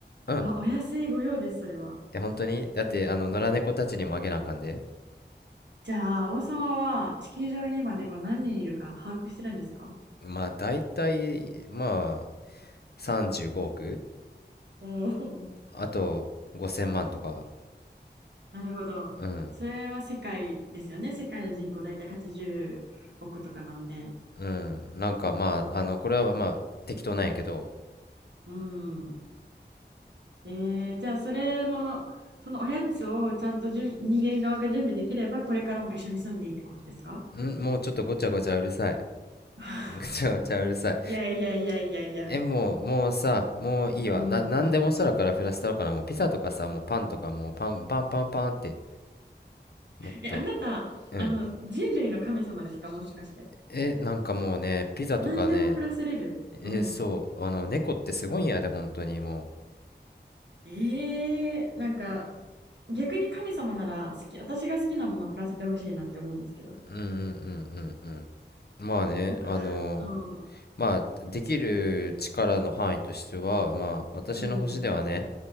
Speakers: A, on the left (about 60°); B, on the right (about 75°).
A: うん。
B: わ、お安いご用です、それは。
A: え、本当にだって、あの、野良猫たちにもあげなあかんで。
B: うん。じゃあ、王様は地球上に今猫何人いるか把握してるんですか
A: まあ、大体、まあ、35億
B: おー
A: あと、5000万とか。
B: なるほど。
A: うん。
B: それは世界ですよね。世界の人口大体80億とかなんで。
A: うん。なんか、まあ、あの、これはまあ、適当なんやけど。
B: うん。えー、じゃあ、それの、そのおやつをちゃんとじゅん人間側が準備できれば、これからも一緒に住んでいいってことですか
A: んもうちょっとごちゃごちゃうるさい。
B: <laughs>
A: <laughs> ごちゃごちゃうるさい。
B: いやいやいやいやいや。
A: え、もう、もうさ、もういいわ。
B: うん。
A: な、なんでも空から降らせたろかな。もうピザとかさ、もうパンとか、もうパン、パンパンパンって、もっと、
B: え、あなた、
A: うん。
B: あの、人類の神様ですか、もしかして。
A: え、なんかもうね、ピザとかね、
B: 何でも降らせれる。
A: え、
B: うん。
A: そう、あの、猫ってすごいんやで、本当にも
B: ええなんか、逆に神様なら、好き、私が好きなものを降らせてほしいなって思うんですけど。
A: う。うんうんうんうんうん。まあね、
B: 僕はうん。
A: あの、まあ、できる力の範囲としては、まあ、私の星ではね、
B: うん。